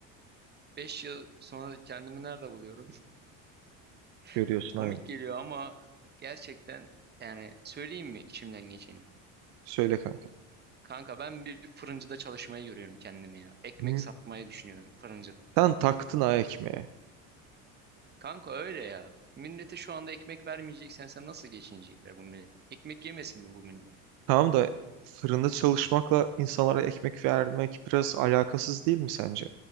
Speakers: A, on the right; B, on the right.
A: 5 yıl sonra kendimi nerede buluyorum?
B: Görüyorsun
A: <laughs> Komik
B: aynen.
A: geliyor ama gerçekten yani söyleyeyim mi içimden geçeni?
B: Söyle kanka.
A: Kanka ben bir fırıncıda çalışmayı görüyorum kendimi ya. Ekmek
B: Hı.
A: satmayı düşünüyorum fırıncıda.
B: Sen taktın ha ekmeğe.
A: Kanka öyle ya. Millete şu anda ekmek vermeyeceksen sen nasıl geçinecekler bu millet? Ekmek yemesin mi bu millet?
B: Tamam da fırında çalışmakla insanlara ekmek vermek biraz alakasız değil mi sence?